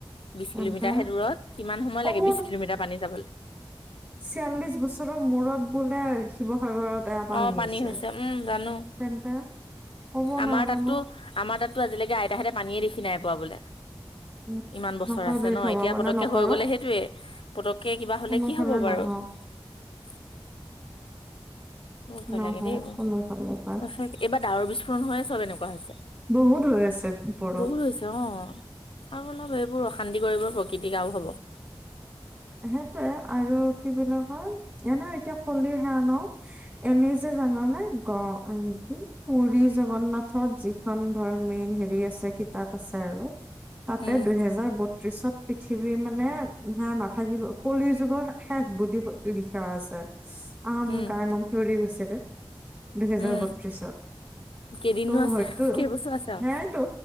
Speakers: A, on the left; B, on the right.
A: বিশ
B: তেন্তে
A: কিলোমিটাৰ হে দূৰত কিমান সময়
B: ক'ব
A: লাগে বিশ কিলোমিটাৰ পানী যাবলৈ।
B: চিয়াল্লিশ বছৰৰ মূৰত বোলে শিৱসাগৰত তেয়া পানী
A: অ
B: হৈছে,
A: উম জানো
B: তেন্তে ক'ব
A: আমাৰ
B: নোৱাৰ
A: তাতো
B: ন।
A: আমাৰ তাততো আজিলৈকে আতাহঁতে পানীয়ে দেখি নাই পোৱা বোলে।
B: উম,
A: ইমান বছৰ
B: নকবি
A: আছে ন
B: ভগৱানে
A: এতিয়া পতককে
B: নকৰক
A: হৈ গ'লে সেইটোৱে পতককে কিবা হলে
B: কোনোফালে
A: কি হব বাৰু?
B: নহওক।
A: <inaudible> বহৰ ভয়
B: নহওক
A: লাগে দেই ব ত
B: কোনোফালৰ পৰা
A: এইবাৰ ডাৱৰ বিস্ফোৰণ হয় ন চব এনেকুৱা হৈছে?
B: বহুত হৈ আছে ওপৰত।
A: বহুত হৈছে অ আৰু অলপ এইবোৰ অশান্তি কৰিবোৰ প্ৰকৃতিক আৰু হ'ব।
B: সেইটৱে আৰু কি বুলি কয় এনে এতিয়া কলি হে ন। এনেই যে জান নে গ কি পুৰী জগন্নাথত যি এখন ধৰ মেইন হেৰি আছে কিতাপ আছে আৰু তাতে
A: উম
B: দুহেজাৰ বত্ৰিশত পৃথিৱী মানে সে নাথাক থাকিব কলিৰ যুগৰ শেষ বুলি লিখা আছে আহা মোৰ
A: উম
B: গা নোম কাৰণ লৰি গৈছে। দুহেজাৰ
A: উম
B: বত্ৰিশত
A: কেইদিনো
B: ত'
A: আছে
B: হয়ো
A: কেইবছৰ আছে আৰু
B: সেয়াইতো।